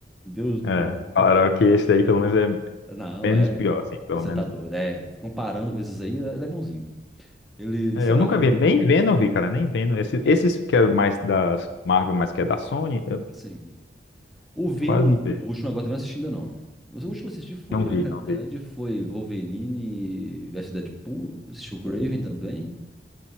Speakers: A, in the centre; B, on the left.
A: Deus do.
B: é. Falaram que esse daí pelo menos é
A: Não,
B: menos
A: é.
B: pior, assim, pelo
A: Você
B: menos.
A: tá doido. É, comparando com esses aí, ele é bonzinho. Ele,
B: É,
A: sei
B: eu
A: lá.
B: nunca vi, nem Venom eu vi, cara, nem Venom. Esse, esses que é mais da Marvel, mas que é da Sony, eu
A: Sim. O Venom,
B: quase não
A: no-
B: vi.
A: o último agora também não assisti ainda não. Mas o último que eu assisti foi,
B: Não vi,
A: na realidade,
B: não vi.
A: foi Wolverine versus Deadpool, assisti o Craven também.